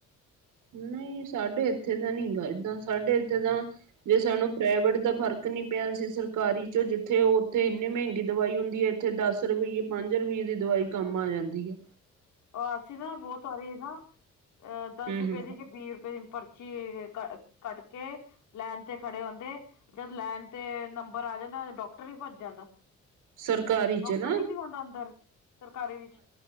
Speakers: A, on the right; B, on the left.
A: ਨਹੀਂ ਸਾਡੇ ਇੱਥੇ ਤਾਂ ਨੀ ਗਏ ਏਦਾਂ ਸਾਡੇ ਇੱਥੇ ਤਾਂ ਜੇ ਸਾਨੂੰ ਪ੍ਰਾਈਵੇਟ ਦਾ ਫ਼ਰਕ ਨੀ ਪਿਆ ਸੀ ਸਰਕਾਰੀ ਚ ਜਿੱਥੇ ਉੱਥੇ ਇੰਨੇ ਮਹਿੰਗੇ ਦਵਾਈ ਹੁੰਦੀ ਐ ਇੱਥੇ ਦਸ ਰੁਪਈਏ ਪੰਜ ਰੁਪਈਏ ਦੀ ਦਵਾਈ ਕੰਮ ਆ ਜਾਂਦੀ ਏ।
B: ਉਹ ਅਸੀਂ ਨਾ ਬਹੁਤ ਹੋ ਰੀ ਐ ਨਾ। ਅਹ ਦਸ
A: ਹਮ
B: ਰੁਪਏ
A: ਹਮ
B: ਦੀ ਕਿ ਵੀਹ ਰੁਪਏ ਦੀ ਪਰਚੀ ਕ ਕੱਟ ਕੇ ਲੈਨ ਤੇ ਖੜੇ ਹੁੰਦੇ, ਜਦ ਲੈਣ ਤੇ ਨੰਬਰ ਆ ਜਾਂਦਾ ਡਾਕਟਰ ਹੀ ਭੱਜ ਜਾਂਦਾ।
A: ਸਰਕਾਰੀ
B: ਡਾਕਟਰ
A: ਚ ਨਾ
B: ਈ ਨੀ ਹੁੰਦਾ ਅੰਦਰ ਸਰਕਾਰੀ ਵਿਚ